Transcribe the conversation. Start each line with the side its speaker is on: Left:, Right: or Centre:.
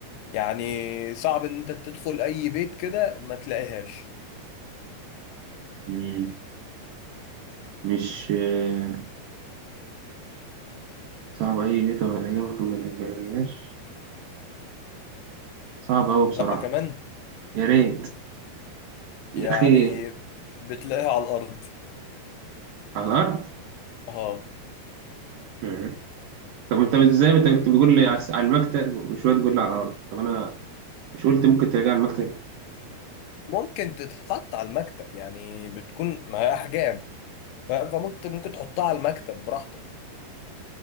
Left: يعني صعب ان انت تدخل اي بيت كده ما تلاقيهاش
Right: مم. مش آه، صعب اي بيت ولا إجابة ما تجيبهاش صعب أوي
Left: لا
Right: بصراحة
Left: كمان
Right: يا ريت يا
Left: يعني
Right: أخي
Left: بتلاقيها على الارض
Right: على الأرض
Left: اه
Right: مم. طب انت ازاي انت كنت بتقول لي على على المكتب وشوية تقول لي على الأرض طب انا مش قلت ممكن تلاقيها على المكتب
Left: ممكن تتحط على المكتب يعني بتكون ما هي احجام ف- فممكن ممكن تحطها على المكتب براحتك